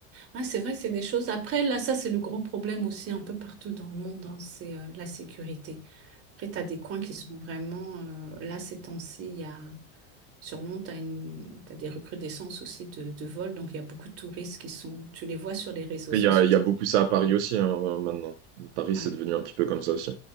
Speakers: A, on the right (about 40°); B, on the right (about 80°).
A: Ouais, c'est vrai que c'est des choses. Après, là, ça, c'est le gros problème aussi un peu partout dans le monde, hein, c'est euh, la sécurité. Après, tu as des coins qui sont vraiment. euh, là, ces temps-ci, il y a. Sur Londres, tu as une... t'as des recrudescences aussi de, de vols, donc il y a beaucoup de touristes qui sont. Tu les vois sur les réseaux
B: Après,
A: sociaux.
B: il y a, il
A: ils-
B: y a beaucoup ça à Paris aussi, hein, euh, maintenant. Paris,
A: Ouais,
B: c'est devenu un petit peu comme ça aussi.